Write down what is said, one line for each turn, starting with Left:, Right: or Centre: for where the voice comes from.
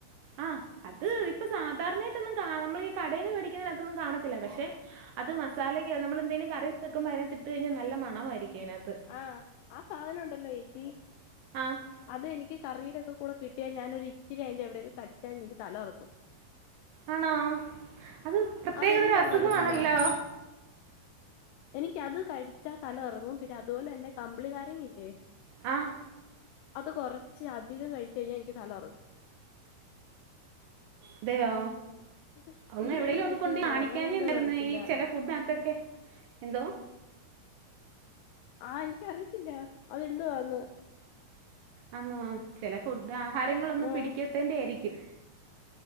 Right: ആഹ്, അത് ഇപ്പൊ സാധാരണയായിട്ടൊന്നും കാ നമ്മൾ ഈ കടയിൽന്ന് മേടിക്കുന്നതിനകത്തൊന്നും കാണത്തില്ല പക്ഷെ അത് മസാലക്ക നമ്മൾ എന്തെലും കറി വെക്കുമ്പോ അതിനകത്തു ഇട്ട് കിഞ്ഞാൽ നല്ല മണമായിരിക്കും. അതിനകത്ത്
Left: ആഹ ആ സാധനം ഉണ്ടല്ലോ ചേച്ചി
Right: ആ
Left: അത് എനിക്ക് കറീടെ ഒക്കെ കൂടെ കിട്ടിയാൽ ഞാനൊരു ഇച്ചിരി അതിന്റെ എവിടേലും കടിച്ചാലും എനിക്ക് തല ഉറങ്ങും
Right: ആണോ അത് പ്രത്യേകത
Left: അതെന്താന്ന്
Right: തര അസുഖമാണല്ലോ
Left: അറിയത്തില്ല എനിക്കത് കഴിച്ചാ തല കറങ്ങും പിന്നെ അതുപോലെന്നെ കമ്പിളിനാരങ്ങ ഇല്ലേ
Right: ആഹ
Left: അത് കൊറച്ച് അധികം കഴിച്ച് കഴിഞ്ഞാ എനിക്ക് തല കറങ്ങും
Right: അതെയോ?
Left: ഇത്
Right: അങ്
Left: ഇത്
Right: എവിടെേലും
Left: രണ്ടും കഴിച്ച്
Right: ഒന്ന് കൊണ്ട്
Left: കഴിഞ്ഞാ
Right: കാണിക്കാഞ്ഞെന്താരുന്നെ,
Left: തലകറങ്ങും അതെന്തോന്ന് അറിയത്തില്ല
Right: ഈ ചില ഫുഡിനകത്തൊക്കെ എന്തോ?
Left: ആഹ! എനിക്കറിയിത്തില്ല, അതെന്തുവാന്ന്?
Right: അന്നോ? ചില ഫുഡ് ആഹാരങ്ങളൊന്നും
Left: ഉം
Right: പിടിക്കത്തേന്റെ ആയിരിക്കും.